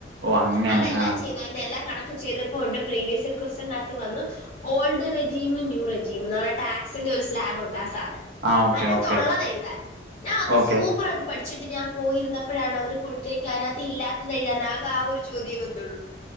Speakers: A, on the right; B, on the left.
A: ഓ അങ്ങനെ
B: അതെല്ലാം
A: ആ
B: ചെയ്തു അതിന്റെ എല്ലാ കണ ചെയ്തപ്പോണ്ട് പ്രീവിയസ് ഇയർ വന്നു old regime new regime tax ഒരു സ്ലാബ് ഉണ്ട് ആ സാധനം
A: ആ ഓക്കെ
B: അതിനകത്തുള്ളത്
A: ഓക്കെ
B: എഴുതാൻ ഞാൻ അത്
A: ഓക്കെ
B: സൂപ്പർ ആയിട്ട് പഠിച്ചിട്ട് ഞാൻ പോയിരുന്നപ്പോഴാണ് അവർ കൊടുത്തേക്ക അതിനകത്ത് ഇല്ലാത്തത് എഴുതാൻ ആകെ ആ ഒരു ചോദ്യേ വന്നുള്ളൂ